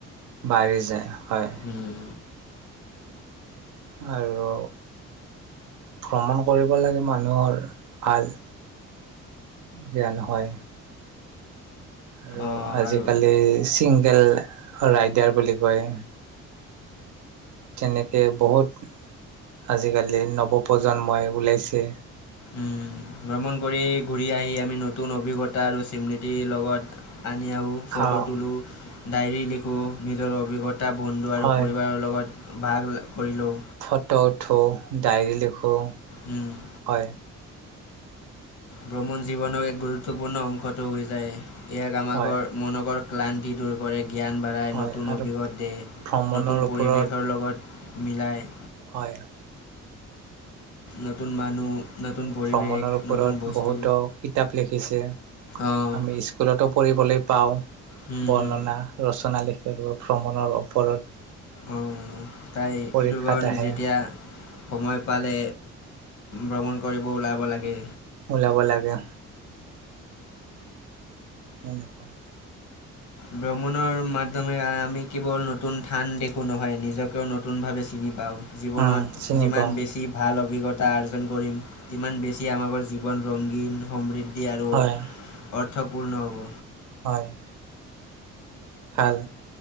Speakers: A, on the right (about 75°); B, on the left (about 70°).
A: বাঢ়ি যায় হয়।
B: উম।
A: আৰু ভ্ৰমণ কৰিব লাগে মানুহৰ ভাল। জ্ঞান হয়। আৰু
B: অঁ
A: আজিকালি
B: আৰু
A: চিংগেল ৰাইডাৰ বুলি কয়। তেনেকে বহুত আজিকালি নৱপ্ৰজন্মই ওলাইছে।
B: উম, ভ্ৰমণ কৰি ঘূৰি আহি আমি নতুন অভিজ্ঞতা আৰু স্মৃতিৰ লগত আনি আৰু ফটো
A: খাওঁ
B: তোলা, ডায়েৰী লিখোঁ নিজৰ অভিজ্ঞতা বন্ধু
A: হয়
B: আৰু পৰিবাৰৰ লগত <unintelligible> কৰি লওঁ।
A: ফটো উঠো, ডায়েৰী লিখোঁ
B: লওঁ
A: হয়।
B: ভ্ৰমণ জীৱনৰ এক গুৰুত্বপূৰ্ণ অংশটো হৈ যায়, ইয়াক আমাকৰ
A: হয়
B: মনকৰ ক্লান্তিটোৰ কৰে জ্ঞান বাঢ়াই,
A: হয়
B: নতুন
A: আৰু
B: অভিষত দে
A: ভ্ৰমণৰ
B: নতুন
A: ওপৰত
B: পৰিৱেশৰ লগত মিলাই
A: হয়।
B: নতুন মানুহ নতুন
A: আৰু
B: পৰিৱেশ,
A: ভ্ৰমণৰ ওপৰত
B: নতুন বস্তু।
A: বহুতো কিতাপ লিখিছে,
B: অ',
A: আমি স্কুলতো পঢ়িবলৈ পাওঁ,
B: হুম,
A: বৰ্ণনা
B: হুম,
A: ৰচনা লিখিব ভ্ৰমণৰ ওপৰত।
B: অ', তাই
A: পৰীক্ষাত
B: এইটোৰ কাৰণে
A: আহে
B: যেতিয়া সময় পালে ভ্ৰমণ কৰিব ওলাব লাগে।
A: ওলাব লাগে। এনেকুৱা।
B: ভ্ৰমণৰ মাধ্যমে আমি কেৱল নতুন থান দেখোঁ নহয় নিজকেও নতুনভাৱে চিনি পাওঁ। জীৱনত
A: উম চিনি
B: যিমান
A: পাওঁ
B: বেছি ভাল অভিজ্ঞতা আৰ্জন কৰিম, ইমান বেছি আমাকৰ জীৱন ৰংগীন সমৃদ্ধ এ আৰু
A: হয়
B: অৰ্থপূৰ্ণ হ'ব।
A: হয়। ভাল।